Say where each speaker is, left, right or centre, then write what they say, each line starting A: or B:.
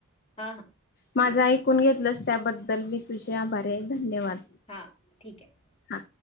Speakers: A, on the left; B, on the left.
A: हां हां
B: माझं ऐकून घेतलंस त्याबद्दल मी तुझे आभारी आहे. धन्यवाद.
A: हां, ठीक आहे.
B: हा